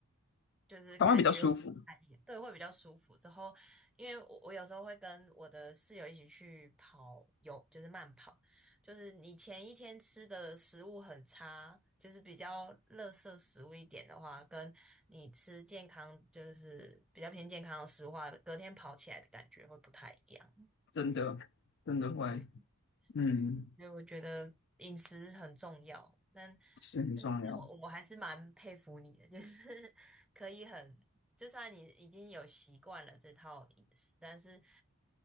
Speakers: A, in the centre; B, on the left.
A: 就是感觉会哎对会比较舒服。
B: 肠胃比较舒服，
A: 之后，因为我我有时候会跟我的室友一起去跑有就是慢跑，就是你前一天吃的食物很差，就是比较垃圾食物一点的话，跟你吃健康就是比较偏健康的食物的话，隔天跑起来的感觉会不太一样。
B: 真的真的会，
A: 对
B: 嗯，
A: 对，所以我觉得饮食很重要，但
B: 是很重要。
A: 但但我我还是蛮佩服你的，就是 <laughs> 可以很，就算你已经有习惯了这套饮食，但是